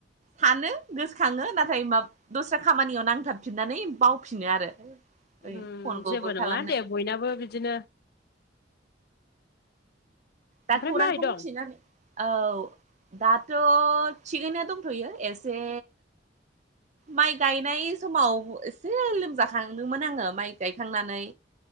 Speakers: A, on the right; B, on the left.
A: फानो गोसोखांङो नाथाय मा दसे खामानियाव नांथाबफिननानै बावफिनो आरो ओइ
B: उम
A: फनखौबो
B: जेबो नंङा
A: खालामनो
B: दे बयनाबो बिदिनो
A: दा
B: ओमफ्राय
A: खौरांखौ
B: मारै दं
A: मिथिनानै औ दाथ' थिगैया दंथ'यो एसे माइ गायनाय समाव एसे लोमजाखांदोंमोन आंङो माइ गायखांनानै